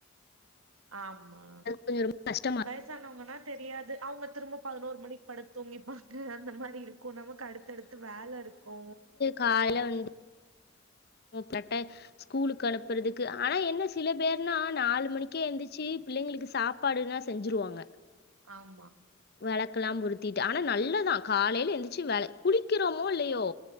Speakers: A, on the right; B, on the left.
A: ஆமா
B: கொஞ்சம் ரொம்ப கஷ்டமா
A: வயசு வயசானவங்கன்னா தெரியாது அவுங்க திரும்ப பதினோரு மணிக் படுத்துங்கிப்பாங்க அந்த மாரி இருக்கு நமக் கு அடுத் அடுத்து வேலருக்கு
B: காலயில வந்து போப்ரட்ட ஸ்கூலுக்கு அனுப்புறதுக்கு ஆனா என்ன சில பேர்னா நாலு மணிக்கே எந்துச்சி பிள்ளைங்களுக்கு சாப் பாடினா செஞ்சுருவாங்க
A: ஆமா
B: வெளக்கெல்லா பொருத்திட்டு ஆனா நல்லதா காலையில எந்திரிச்சு வெள குளிக்கிறோமோ இல்லயோ